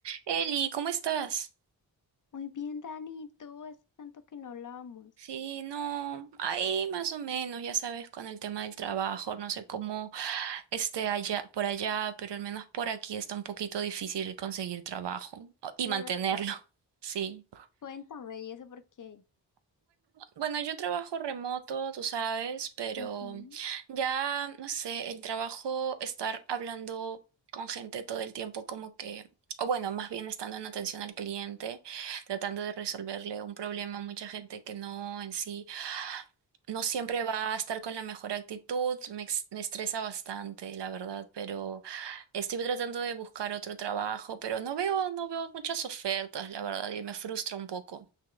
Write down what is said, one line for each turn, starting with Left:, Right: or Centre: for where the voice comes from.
Right: Eli, ¿cómo estás?
Left: Muy bien, Dani, ¿y tú hace tanto que no hablábamos.
Right: Sí, no, ahí más o menos, ya sabes, con el tema del trabajo, no sé cómo esté allá, por allá, pero al menos por aquí está un poquito difícil conseguir trabajo o-
Left: De
Right: y mantenerlo.
Left: verdad.
Right: <laughs> Sí.
Left: Cuéntame, ¿y eso por qué?
Right: Bueno, yo trabajo remoto, tú sabes, pero
Left: Ujú.
Right: ya, no sé, el trabajo, estar hablando con gente todo el tiempo como que, o bueno, más bien estando en atención al cliente, tratando de resolverle un problema a mucha gente que no en sí, no siempre va a estar con la mejor actitud, me, ex- me estresa bastante, la verdad, pero estoy tratando de buscar otro trabajo, pero no veo, no veo muchas ofertas, la verdad, y me frustra un poco.